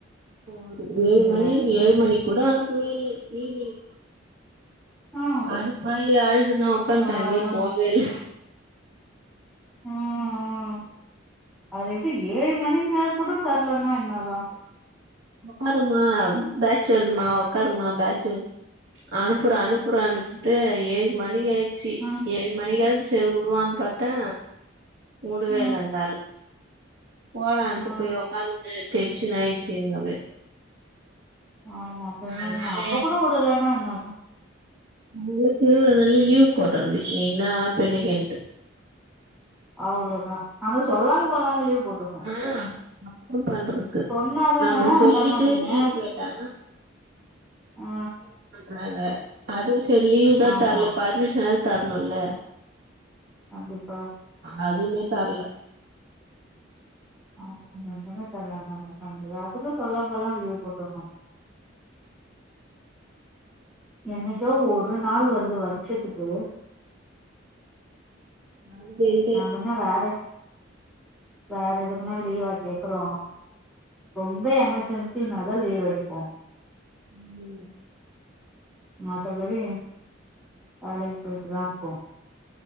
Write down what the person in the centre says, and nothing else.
இதுல
ஆ
பாரா
ஆ ஆ அதெப்டி ஏழு மணி மேல கூட தரலனா என்னதா
ம்
ம்
ஆ
ஆமா பின்ன
என்ன அப்ப கூட விடலேனா என்ன அர்த்தம்
அவ்ளோதா நம்ம சொல்லாம குல்லாம லீவ் போட்ருக்கோ
சொன்னாதானே
தரமாட்டீங்க
ஆ
ஆமா
கண்டிப்பா
ஆ ரெண்டுமே தரலானா என்ன பண்ண அப்பதா சொல்லாம கொல்லாம லீவ் போட்டுரணு என்னைக்கோ ஒரு நாள் வருது வருஷத்துக்கு
நாங்கன்னா வேற வேற எதுக்குன்னா லீவா கேக்குறோ ரொம்ப எமர்ஜென்சினாதா லீவ் எடுப்போ
மத்தபடி வேலைக்கு போயிட்டு தா இருப்போ